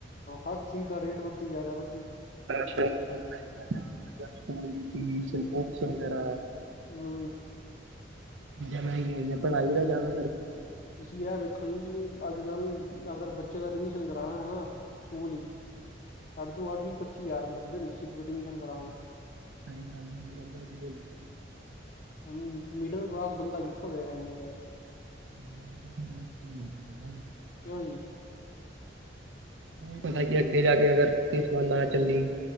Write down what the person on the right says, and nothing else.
ਸਕੂਲ ਫੀਸ, ਬੁਕਸ ਵਗੈਰਾ
ਜਮਾ ਹੀ ਨਹੀਂ ਹੇਗੀ, ਪੜ੍ਹਾਈ ਦਾ ਜਾਿਆਦਾ
ਟਾਈਮ ਨਾਲ ਵੀ ਮਿਲ ਲੈਂਦਾ ਸੀ, ਉਹ
ਹ <unintelligible>
ਪਤਾ ਕਿ ਅੱਗੇ ਜਾਕੇ ਅਗਰ ਕਿਸਮਤ ਨਾ ਚੱਲੀ